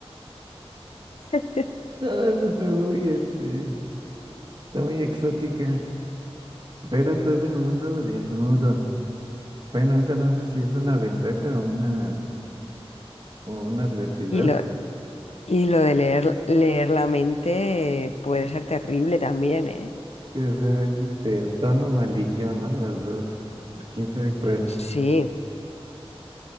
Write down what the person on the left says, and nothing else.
<laughs>
Y lo, y lo de leer, leer la mente eh, puede ser terrible también, ¿eh?
Sí,